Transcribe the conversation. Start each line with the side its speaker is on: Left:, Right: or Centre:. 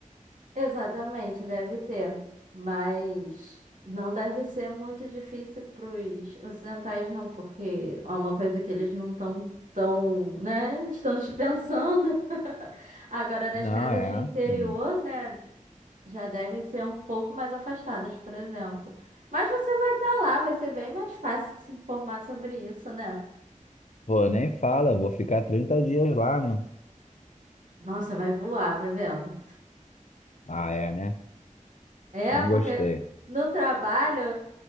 Right: Exatamente, deve ter. Mas não deve ser muito difícil para os ocidentais, não, porque é uma coisa que eles não estão tão, tão, né? Estão dispensando. <laughs> Agora, nas
Left: Não,
Right: casas
Left: é.
Right: de interior,
Left: Hum.
Right: né? Já devem ser um pouco mais afastadas, por exemplo. Mas você vai estar lá, vai ser bem mais fácil de se informar sobre isso, né?
Left: Pô, nem fala. Eu vou ficar 30 dias lá, né?
Right: Nossa, vai voar, vai vendo.
Left: Ah, é, né?
Right: É,
Left: Não
Right: porque
Left: gostei.
Right: no trabalho,